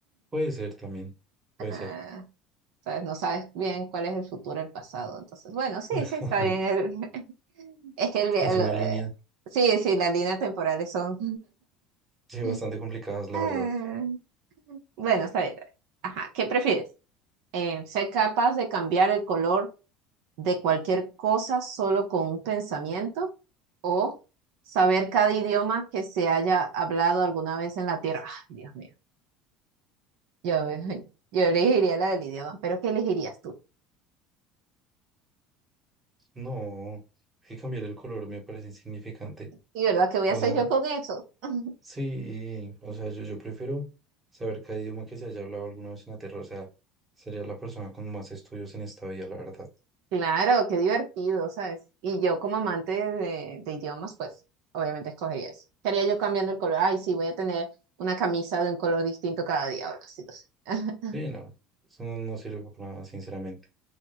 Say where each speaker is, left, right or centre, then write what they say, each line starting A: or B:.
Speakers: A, on the right; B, on the right.
A: Puede ser también, puede
B: Ah,
A: ser.
B: ¿sabes? No sabes bien cuál es el futuro del pasado, entonces, bueno, sí,
A: <laughs>
B: sí, está bien. el- <laughs> es que el, vi-
A: Es
B: el-
A: una
B: eh,
A: línea,
B: sí, sí, las líneas temporales son...
A: sí,
B: <laughs>
A: bastante complicada, la
B: Ah.
A: verdad.
B: Bueno, está bien. está bien. Ajá, ¿qué prefieres? Eh, ¿ser capaz de cambiar el color de cualquier cosa solo con un pensamiento? ¿O saber cada idioma que se haya hablado alguna vez en la Tierra? Ay, Dios mío, yo, <laughs> yo elegiría la del idioma, pero ¿qué elegirías tú?
A: No, que cambiar el color me parece insignificante.
B: ¿Y verdad qué voy
A: O
B: a hacer
A: sea,
B: yo con eso? <laughs>
A: sí, o sea, yo, yo prefiero saber cada idioma que se haya hablado alguna vez en la Tierra. O sea, sería la persona con más estudios en esta vida, la verdad.
B: Claro, qué divertido, ¿sabes? Y yo como amante de, de idiomas, pues obviamente escogería eso. ¿Qué haría yo cambiando el color? Ay, sí, voy a tener una camisa de un color distinto cada día, o algo así, no sé.
A: Sí,
B: <laughs>
A: no, eso no, no sirve para nada, sinceramente.